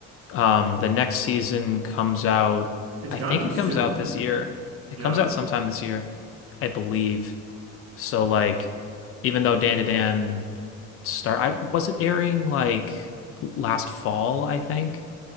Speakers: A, on the left; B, on the right.
A: um the next season comes out
B: it's
A: I
B: got
A: think
B: to be
A: it
B: soon.
A: comes out this year. It
B: Yeah,
A: comes out sometime this year, I believe. So like, even though Dan to Dan start, I was it airing like last fall, I think.